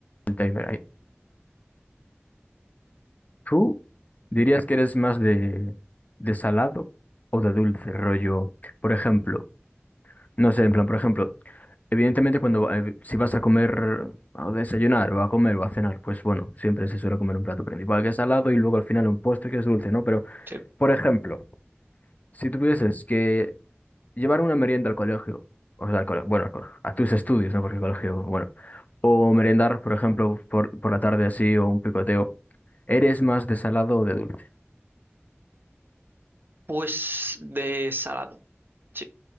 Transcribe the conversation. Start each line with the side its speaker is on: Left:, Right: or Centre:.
Left: el timer ahí. ¿Tú dirías que eres más de, de salado o de dulce, rollo? Por ejemplo, no sé, en plan, por ejemplo, evidentemente cuando va- eh, si vas a comer, a desayunar o a comer o a cenar, pues bueno, siempre se suele comer un plato principal que es salado y luego al final un postre que es dulce, ¿no? Pero,
Right: Sí.
Left: por ejemplo, si tuvieses que llevar una merienda al colegio, o sea, al colegio, bueno, al colegio, a tus estudios, ¿no? Porque el colegio, bueno, o merendar, por ejemplo, por, por la tarde así o un picoteo, ¿eres más de salado o de dulce?
Right: Pues de salado. Sí,